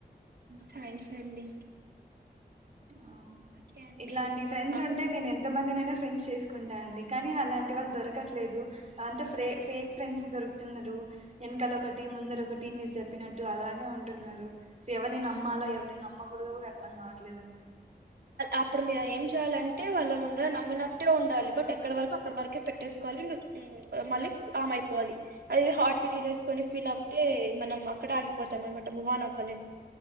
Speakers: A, on the right; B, on the right.
A: థ్యాంక్స్ అండి
B: ఆ
A: ఓకే అండి
B: ఇట్లాంటి ఫ్రెండ్స్
A: ఆ,
B: ఉంటే నేను ఎంత ఎంతమంది నేనా ఫ్రెండ్స్ చేసుకుంటాన అండి కానీ అలాంటి వాళ్ళు దొరకట్లేదు అంతా ఫ్రే ఫేక్ ఫ్రెండ్స్ దొరుకుతున్నారు వెనకాల ఒక టీ ముందర ఒక టీ మీరు చెప్పినట్టు అలానే ఉంటున్నారు ఎవరి నమ్మలో
A: ఉమ్.
B: ఎవరిని నమ్మ కూడదో అర్థం కవట్ ట్లేదండి
A: అప్పుడు మీరు ఏం చేయాలంటే వాళ్ళ ముందుగా నమ్మినట్టే ఉండాలి బట్ ఎక్కడ వరకు అక్కడ వరకే పెట్టేసుకోవాలి మళ్ళీ కామ్ అయిపోవాలి అదిది హార్ట్ కి తీసేసుకొని ఫీల్ అవుతే మనం అక్కడే ఆగిపోతాం అనమాట మూవ్ ఆన్ అవ్వా లేము